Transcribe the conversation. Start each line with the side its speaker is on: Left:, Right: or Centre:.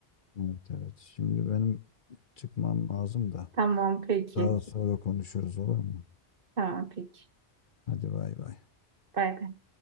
Left: Evet evet. Şimdi benim çıkmam lazım da
Right: Tamam peki.
Left: daha sonra konuşuruz olur mu?
Right: Tamam peki.
Left: Hadi bay bay.
Right: Bay bay.